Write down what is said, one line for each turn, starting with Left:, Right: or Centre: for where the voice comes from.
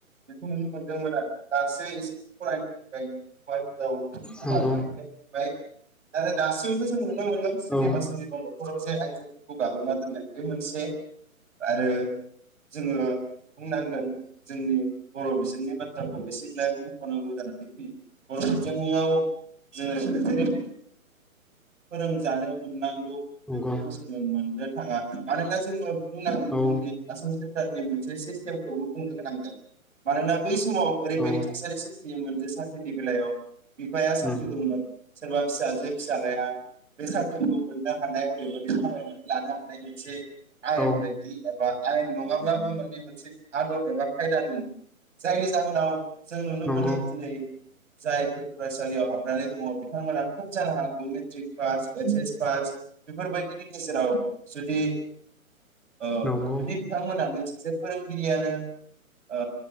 Right: बेखौ नुनो मोनदोंमोन आरो दासो एसे फरायनो औ समान
Centre: नंगौ
Right: मोनथाय मोनबाय आरो दासिमबो जोङो नुनो मोनदों सोरनिबा
Centre: औ
Right: सोरनिबा न'खराव जे आइजो खौ गाग्लोबना दोननाय बे मोनसे आरो जोङो बुंनांगोन जोंनि बर' बिजोंनि बाथ्राखौ एसेब्लाबो मख'नांगौ जानानै फैयो बर' बिजोआव जोङो जेरैबायदि फोरोंजानो मोननांगौ
Centre: नंगौ
Right: बेफोरखौ जों मोननो थाङा मानोना जोङो बुंनांगोन
Centre: औ
Right: जोंनि आसाम सोरखारनि मोनसे सिस्टेमखौबो बुंनो गोनां जादों मानोना बै समाव ओरैबायदि
Centre: औ
Right: थासारि सोमजियोमोन जे साख्रिनि बेलायाव बिफाया साख्रि
Centre: उम
Right: दंमोन सोरबा फिसाजो फिसालाया बे साख्रिखौ मोननो हानाय अधिकार खामायनानै लानो हानाय मोनसे आयेन
Centre: औ
Right: बायदि एबा आयेन नङाब्लाबो माने मोनसे आदब एबा खायदा दङमोन जायनि जाहोनाव जों नुनो
Centre: नंगौ
Right: मोनो दिनै जायफोर फरायसालियाव हाबनानै दङ बिथांमोना खोब जानो हागौ matric pass H S pass बेफोरबायदि नि गेजेराव जुदि ओ
Centre: नंगौ
Right: जुदि बिथांमोनानो सासे फोरोंगिरियानो ओ